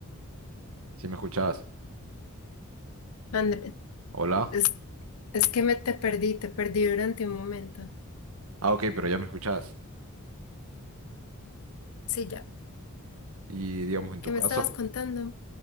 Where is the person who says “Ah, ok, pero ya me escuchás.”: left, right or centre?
Right